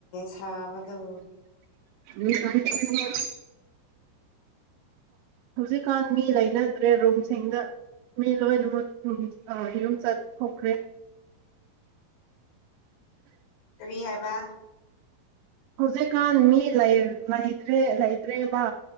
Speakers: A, on the left; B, on the right.
A: ꯁꯥꯕꯗꯣ
B: <inaudible> ꯍꯧꯖꯤꯛꯀꯥꯟ ꯃꯤ ꯂꯩꯅꯗ꯭ꯔꯦ ꯔꯨꯝꯁꯤꯡꯗ ꯃꯤ ꯂꯣꯏꯅꯃꯛ ꯌꯨꯝ ꯆꯠꯊꯈ꯭ꯔꯦ <inaudible>
A: ꯀꯔꯤ ꯍꯥꯏꯕ
B: ꯍꯧꯖꯤꯛꯀꯥꯟ ꯃꯤ ꯂꯩ꯭ꯔꯦ ꯂꯩꯇ꯭ꯔꯦꯕ